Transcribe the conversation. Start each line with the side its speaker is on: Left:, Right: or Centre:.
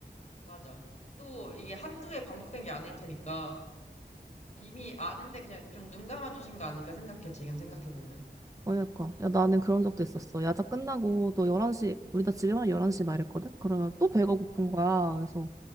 Left: 맞아. 또, 이게 한두 해 반복된 게 아닐 테니까, 이미 아는데 그냥 좀 눈 감아주신 거 아닐까 생각해, 지금 생각해보면.
Right: 그러니까. 야, 나는 그런 적도 있었어. 야자 끝나고 또 11시, 우리 다 집에만 11시 말했거든? 그러면 또 배가 고픈
Left: 응,
Right: 거야. 그래서